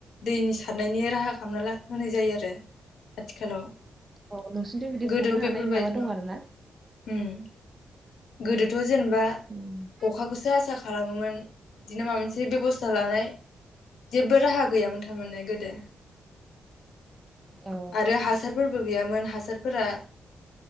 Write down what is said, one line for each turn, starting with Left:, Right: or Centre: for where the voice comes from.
Left: दैनि सारनायनि राहा खालामना ला होनाय जायो आरो आथिखालाव।
Right: औ नोंसिनिथि बिदि
Left: गोदो
Right: सारनो
Left: बेफोरबायदि
Right: हानाय माबा
Left: नङामोन
Right: दं आरोना
Left: उम गोदोथ' जेनेबा
Right: उम
Left: अखाखौसो आसा खालामोमोन। बिदिनो माबा मोनसे बेबस्था लानाय जेबो राहा गैयामोन थारमाने गोदो।
Right: औ
Left: आरो हासार फोरबो गैयामोन हासारफोरा